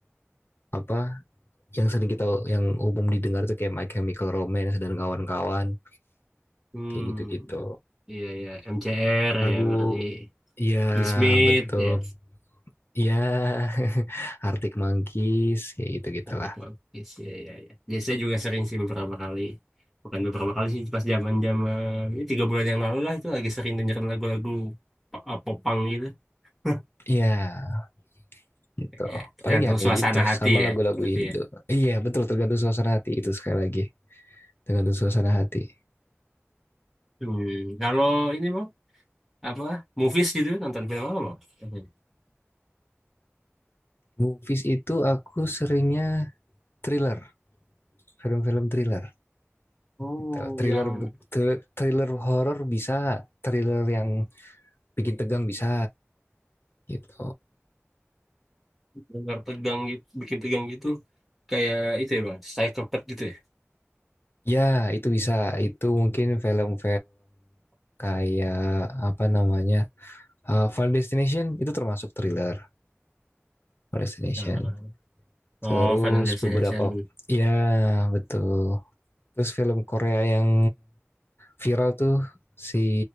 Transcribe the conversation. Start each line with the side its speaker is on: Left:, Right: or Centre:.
Left: apa yang sering kita yang umum didengar tuh kayak My Chemical Romance dan kawan-kawan
Centre: hmm
Left: kayak gitu-gitu.
Centre: iya iya MCR
Left: Lagu
Centre: ya berarti
Left: ya
Centre: The Smith
Left: betul
Centre: ya
Left: ya <laughs> Arctic Monkeys kayak gitu-gitulah.
Centre: Praktek logis ya ya ya. Ya, saya juga sering sih beberapa kali. Bukan beberapa kali sih pas zaman-zaman ini tiga bulan yang lalu lah itu lagi sering dengerin lagu-lagu po- eh, popang gitu. <laughs>
Left: Ya, gitu.
Centre: Ya, tergantung
Left: Paling ya kayak
Centre: suasana
Left: gitu sama
Centre: hati ya,
Left: lagu-lagu
Centre: berarti
Left: Indo.
Centre: ya.
Left: Iya, betul tergantung suasana hati itu sekali lagi. Tergantung suasana hati.
Centre: Hmm, kalau ini bang apa movies gitu nonton film apa bang? Mhm.
Left: Movies itu aku seringnya thriller, film-film thriller
Centre: Oh,
Left: gitu. Thriller
Centre: yang
Left: bu- thriller horor bisa, thriller yang bikin tegang bisa gitu.
Centre: tegang tegang gitu, bikin tegang gitu kayak itu ya bang, Psychopath gitu ya.
Left: Ya, itu bisa. Itu mungkin film-film kayak apa namanya? Uh, Final Destination itu termasuk thriller. Final Destination
Centre: Nah, nah, nah.
Left: Terus
Centre: Oh, Final Destination.
Left: beberapa ya betul. Terus film Korea yang viral tuh si